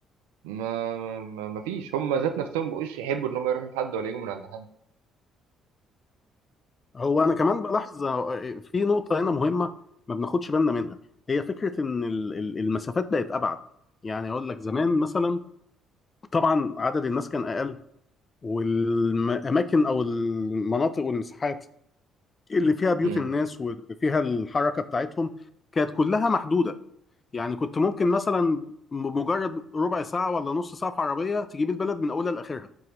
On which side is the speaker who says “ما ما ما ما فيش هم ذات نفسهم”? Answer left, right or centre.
Right